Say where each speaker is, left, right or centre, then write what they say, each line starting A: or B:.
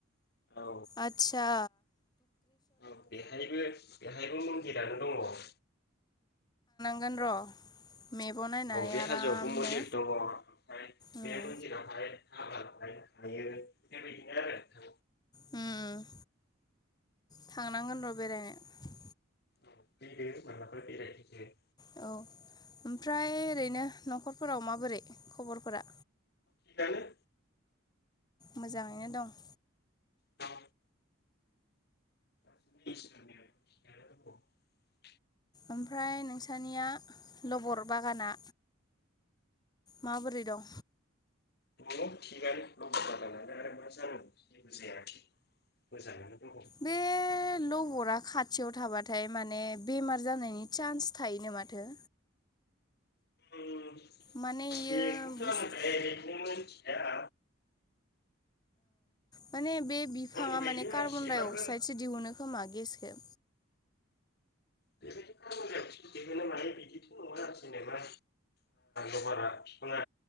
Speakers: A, on the left; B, on the left.
A: औ
B: आतसा।
A: औ बेहायबो बेहायबो मन्दिरानो दङ।
B: थांगोन र। मेपाव नायनानै
A: औ बे
B: आरामनो
A: हाजोआवबो मन्दिर दङ ओमफ्राय
B: उम
A: बे मन्दिरावहाय हाबाबो होयोे बेदि बेथ
B: उम थांनांगोन र बेरायनो।
A: औ फैदो मलााबा बेरायफैदो।
B: औ ओमफ्राय ओरैनो नखरफोराव माबोरै खबरफोरा?
A: थिगानो।
B: मोजाङैनो दं।
A: दं <unintelligible>
B: ओमफ्राय नोंसानिया लबर बागाना माबोरै दं?
A: दङ थिगानो न जाल आरो मा जानांगौ जेबो जायाखै मोजाङानो। दङ उम
B: बे लहरा खा थियाव थाबाथाय माने बेमार जानायनि चान्स थायोनो माथो?
A: उम
B: माने इयो
A: बेखौथो
B: बुस्थु
A: आङो य मोनथिया।
B: माने बे बिफाङा
A: आंनि बायदिबा
B: माने कार्बन-डाइ-अक्साइड
A: एसेबाबो
B: गेसो दिहुनो खोमा गेसखौ?
A: बे बायदि कार्बन डा दिहुनो माने बिदिथ' नङा आरो जेनेबा लबारा बिफाङा।